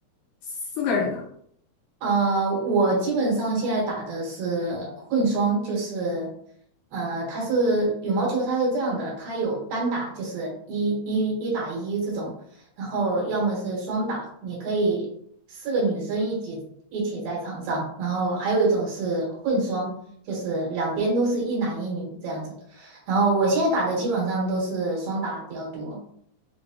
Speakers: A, on the left; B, on the right.
A: 四个人的？
B: 呃，我基本上现在打的是混双，就是，呃，它是羽毛球，它是这样的，它有单打，就是一一一打一这种，然后要么是双打，你可以四个女生一起一起在场上，然后还有一种是混双，就是两边都是一男一女这样子，然后我现在打的基本上都是双打比较多，